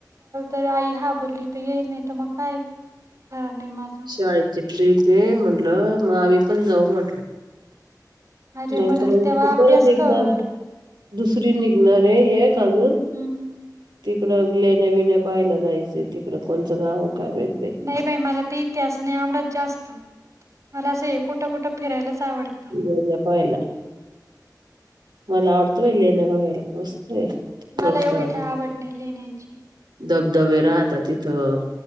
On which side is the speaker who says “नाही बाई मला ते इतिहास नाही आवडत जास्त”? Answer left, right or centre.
Right